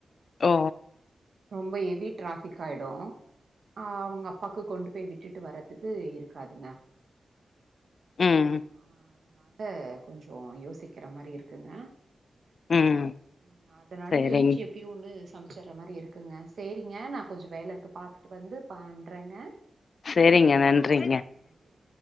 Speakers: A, on the left (about 55°); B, on the right (about 55°).
A: ஓ
B: ரொம்ப ஹவி ட்ராஃபிக் ஆயிடு அ அவங்க அப்பாக்கு கொண்டு போய் விட்டுட்டு வரதுக்கு இருக்காதுங்க
A: ம்
B: ஆ அதனால கொஞ்சே யோசிக்கிற மாரி இருக்குங்க
A: ம்
B: ம் அதனால
A: சரிங்
B: எந்துசு டியூனு சமைச்சிட்ற மாரி இருக்குங்க சேரிங்க நா கொஞ்ச வேல இருக்கு பாத்துட்டு வந்து பண்றேங்க
A: சேரிங்க நன்றிங்க
B: ஆ, நன்றிங்க